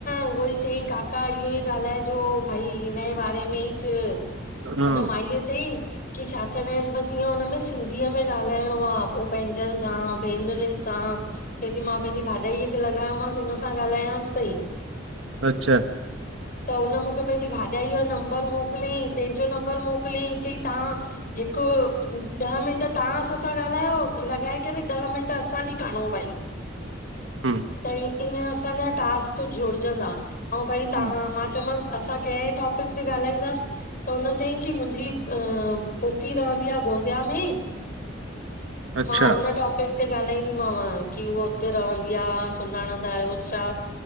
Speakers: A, on the left (about 50°); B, on the right (about 80°).
A: उहो ई चयईं काका इहो ई ॻाल्हाइ जो भई हिनॼे बारे में ई च।
B: हा,
A: हुन माईअ चयईं कि छा चवंदा आहिन बसि ईअं हुन में सिंधीअ में ॻाल्हाइणो आ पोइ पंहिंजन सां भेनरुन सां चएती मां पंहिंजी भाॼाईअ खे लॻायोमांसि हुन सां ॻाल्हायांस पई।
B: अच्छा
A: -- <inaudible> त हुन मूंखे पंहिंजी भाॼाई जो नंबर मोकिलियाईं पंहिंजो नंबर मोकिलयाईं चयईं तव्हां हिकु ॾह मिंट तव्हां असां सां ॻाल्हायो लॻाए करे ॾह मिंट असांजी खंड़ो भई -- <inaudible>
B: हूं
A: त ईअं असांजा टास्क जुड़जंदा ऐं भई तव्हां
B: हम्म,
A: मां चयोमांसि। असां केंहिं टॉपिक ते ॻाल्हाईंदासि। त हुन चयईं की मुंहिंजी पूफ़ी रहंदी आ गोंदिया में।
B: अच्छा
A: मां हुन टॉपिक ते ॻाल्हाईंदीमाव की उहा उते रहंदी आ सुञाणंदा आहियोसि छा।